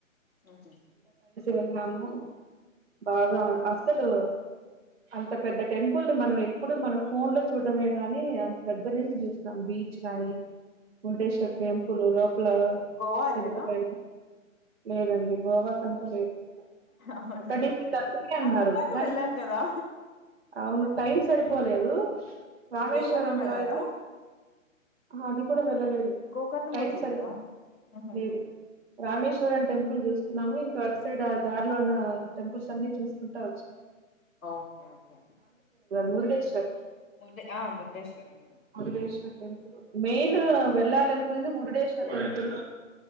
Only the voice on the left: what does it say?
హ్మ్ హు హు
గోవా
వెళ్ళలేదా
అవునా
అక్కడ దాకా
వెళ్ళారు కదా
గోకర్ణం వెళ్ళారా
గోకర్ణం
కూడా చూడలేదా
ఆహాహా
ఓకే ఓకే అండి
మురుడ్ మురుడేశ్వరం